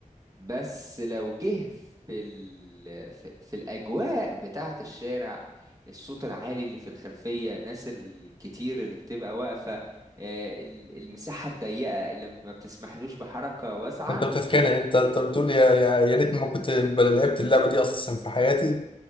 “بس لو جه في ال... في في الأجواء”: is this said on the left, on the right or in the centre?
Right